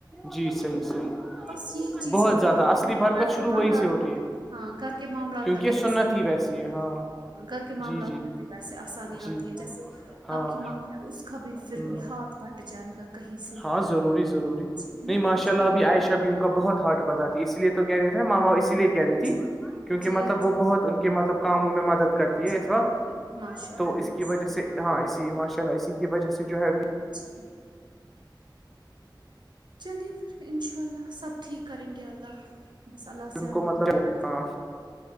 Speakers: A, in the centre; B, on the right.
A: جی صحی
B: تو
A: صحیح <unintelligible>
B: بس یہی چیز
A: بہت زیادہ
B: ت
A: اصلی برکت
B: گھر
A: شروع
B: کے معاملات
A: وہی سے ہوتی ہے
B: ہاں گھر کے معاملات
A: کیونکہ
B: میں
A: یہ
B: بھی
A: سنت
B: آسانی
A: ہی
B: ہو
A: ویسی ہے ہاں
B: ہے گھر کے معاملات
A: جی جی
B: میں ویسے آسانی
A: جی
B: آتی ہے جیسے
A: ہاں
B: آپ کی ماں ہے اس کا بھی پھر
A: ہ
B: بھی ہاتھ پٹ جائے کہیں سے
A: ہاں ضروری ضروری
B: جی ہے
A: نہیں
B: نا
A: ماشاء اللہ
B: وہی
A: ابھی عائشہ بھی ان کا بہت ہارٹ بتات اس لیے تو کہہ رہے تھے ماما اس لیے کہ کہہ رہی
B: جی
A: تھی کیونکہ
B: جی
A: مطلب
B: جی
A: وہ بہت ان کے مطلب کاموں میں مدد کرتی ہے
B: جی
A: اس وقت
B: بالکل ماشاء اللہ
A: تو اس
B: ماشاء
A: کی وجہ
B: اللہ
A: سے ہاں اسی ماشاء اللہ اسی کی وجہ سے جو ہے ابھی
B: جچھ چلیے پھر انشاء اللہ سب ٹھیک کریں گے اللہ بس اللہ سے
A: ان
B: ہمیں
A: کو مطلب
B: دعا کر
A: ہاں